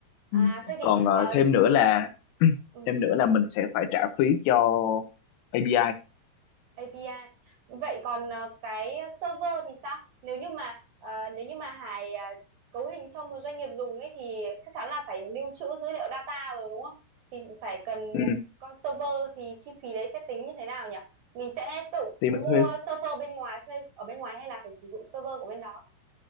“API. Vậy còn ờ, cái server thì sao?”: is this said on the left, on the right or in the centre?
Right